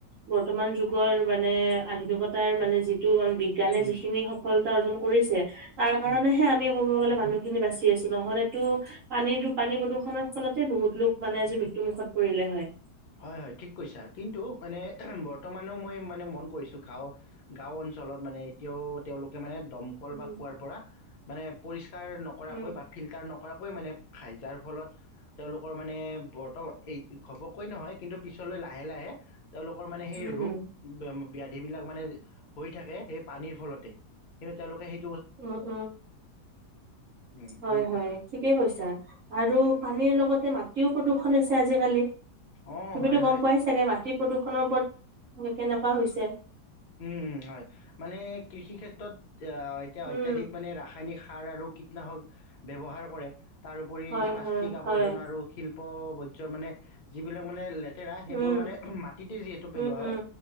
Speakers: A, on the right; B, on the left.
A: বৰ্তমান যুগৰ মানে আধুনিকতাৰ মানে যিটো আৰু <unintelligible> বিজ্ঞানে
B: উম,
A: যিখিনি সফল তা অৰ্জন কৰিছে। <inaudible> তাৰ কাৰণেহে
B: উম।
A: আমি ক'ব গ'লে মানুহখিনি বাচি আছো নহ'লেতো পানীৰটো পানী প্ৰদূষণৰ ফলতে বহুত লোক মানে আজি মৃত্যুমুখত পৰিলে হয়। <unintelligible>
B: হয় হয় ঠিক কৈছা কিন্তু মানে বৰ্তমানেও মই মানে মন কৰিছোঁ গাঁও গাঁও অঞ্চলত মানে এতিয়াও তেওঁলোকে মানে <unintelligible> দমকল
A: উম,
B: বা কুঁৱাৰ পৰা মানে পৰি ষ্কাৰ নকৰাকৈ
A: উম।
B: বা ফিলটাৰ নক কৰাকৈ মানে খাই যাৰ ফলত তেওঁলোকৰ মানে বৰ্তমান এই ঘপক <unintelligible> কৈ নহয় কিন্তু পিছলৈ লাহে লাহে তেওঁলোকৰ মানে সেই
A: উম,
B: ৰোগ
A: হুম,
B: ব্যাধি সেইবিলাক মানে হৈ থাকে, সেই পানীৰ ফলতেই কিন্তু তেওঁলোকে সেই
A: উম উম
B: উম,
A: হয়
B: সেনেকুৱা
A: হয় ঠিকেই কৈছা আৰু পানীৰ লগতে মা- টিও প্ৰদূষণ হৈছে আজিকালি
B: অঁ
A: তুমিতো
B: হয় হয়
A: গম পোৱাই চাগে? মা- তি প্ৰদূষণৰ ওপৰত কেনেকুৱা হৈছে
B: উম হয় মানে কৃষি ক্ষেত্ৰত এতিয়া
A: উম,
B: অত্যাধিক মানে ৰাসায়নিক সাৰ আৰু কীটনাশক ব্যৱহাৰ কৰে তাৰোপৰি
A: হয়,
B: প্লাষ্টিক
A: হয়,
B: আৱৰ্জনা
A: হয়,
B: আৰু শিল্প বৰ্জৰ মানে যিবিলাক মানে লে- তেৰা সেইবোৰ
A: উম,
B: মানে মাটিতে যিহেতু
A: উম,
B: পেলোৱা
A: উম,
B: হয়